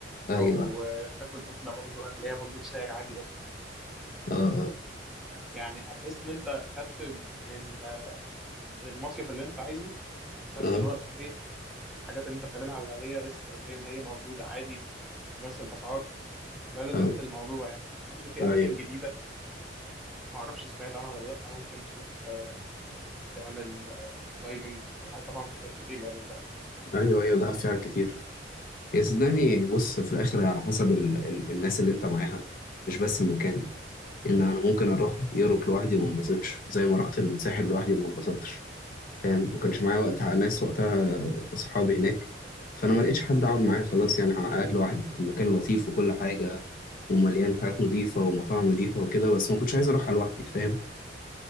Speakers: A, on the left; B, in the centre.
A: أيوه
B: او آه، تاكل اكله برضه هتلاقيها برضه بسعر عادي قوي
A: أه أه
B: يعني هتحس ان انت خدت من من المصيف اللي انت عايزه في نفس
A: أه
B: الوقت ايه الحاجات اللي انت بتعملها العاديه لسه زي ما هي موجوده عادي وبنفس الاسعار ده لذة
A: آه،
B: الموضوع يعني برضه في
A: أيوه
B: اماكن جديده ما اعرفش سمعت عنها ولا لا ممكن تروح آه، تعمل آه، دايفنج في ح- طبعا حاجات كتير يعني في دهب
A: أيوه أيوه دهب فيها كتير يا صدقني بص في الآخر على حسب ال ال الناس اللي أنت معاها مش بس المكان إن أنا ممكن أروح يوروب لوحدي وما انبسطش زي ما رحت الساحل لوحدي وما انبسطتش فاهم ما كانش معايا وقت ناس وقتها أصحابي هناك فأنا ما لقيتش حد أقعد معاه خلاص يعني قاعد لوحدي المكان لطيف وكل حاجة ومليان حاجات نظيفة ومطاعم نظيفة وكده بس ما كنتش عايز أروحها لوحدي فاهم